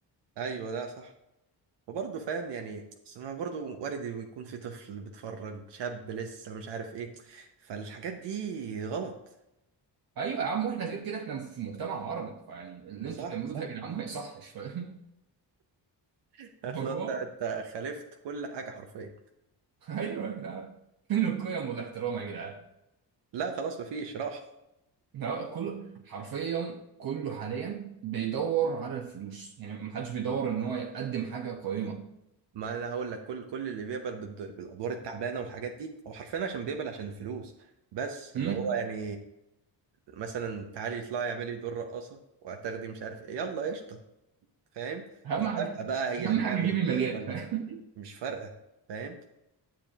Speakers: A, on the right (about 75°); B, on the right (about 55°).
A: ايوه ده صح وبرضه فاهم يعني أصل ما برضه وارد يكون في طفل بيتفرج شاب لسه مش عارف ايه فالحاجات دي غلط
B: ايوه يا عم واحنا غير كده احنا في مجتمع عربي فيعني اللي
A: صح
B: انتوا بتعملوه
A: صح
B: ده يا جدعان ما يصحش فاهم
A: <laughs>
B: الموضوع
A: لو انت انت خالفت كل حاجه حرفيا
B: <laughs> ايوه يا جدعان فين القيم والاحترام يا جدعان
A: لا خلاص مفيش راح
B: لا، كل حرفيا كله حاليا بيدور على الفلوس يعني ما حدش بيدور ان هو يقدم حاجه قيمه
A: ما انا هقول لك كل كل اللي بيقبل بالد- بالادوار التعبانه والحاجات دي هو حرفيا عشان بيقبل عشان الفلوس بس اللي
B: أمم؟
A: هو يعني مثلا تعالي اطلعي اعملي دور رقاصه وهتاخدي مش عارف ايه يلا قشطه فاهم
B: اهم
A: مش
B: حاجه
A: فارقه بقى هي
B: اهم
A: هتعمل
B: حاجه يجيب المليان
A: ايه ولا
B: <laughs> فاهم؟
A: مش فارقه فاهم